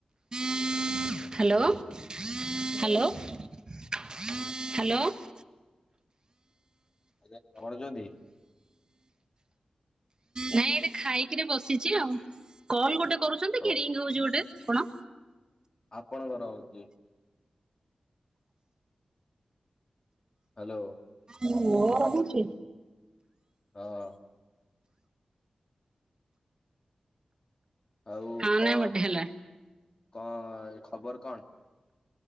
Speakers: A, on the right (about 35°); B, on the left (about 35°).
A: Hello, hello, hello.
B: ଆଜ୍ଞା କଣ <unintelligible>
A: ନାଇଁ ଏଠି ଖାଇକିରି ବସିଛି ଆଉ, କଲ୍ ଗୋଟେ କରୁଛନ୍ତି
B: ଓ
A: କି ରିଙ୍ଗ୍ ହଉଛି ଗୋଟେ କଣ?
B: ଆପଣଙ୍କର ହଉଛି। ହ୍ୟାଲୋ।
A: ମୋର ହଉଛି?
B: ହଁ। ଆଉ
A: ହଁ
B: କଣ,
A: ନାଇଁ ଗୋଟେ ହେଲା।
B: କଣ ଖବର କଣ?